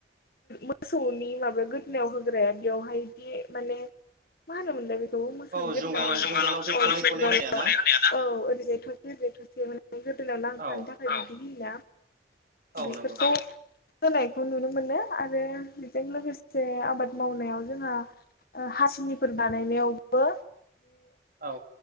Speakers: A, on the left; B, on the right.
A: मोसौनि माबा गोदोनायाव होग्राया बेवहाय दि माने म होन मोनद बेखौ मोसौ
B: औ
A: गोदना
B: जुंगालाव जुंगालाव बे थनै
A: औ ओरैजाय
B: थनै होनाया ना
A: थसे ओरजाय थसे माने गोदाव नांथानो
B: औ
A: थाखाय बिदि होयोना
B: औ
A: बेफोरखौ
B: नंगौ
A: होनायखौ नुनो मोनो आरो बेजों लोगोसे आबाद मावनायाव जोंहा ओ हासिनिफोर बानायनायावबो
B: औ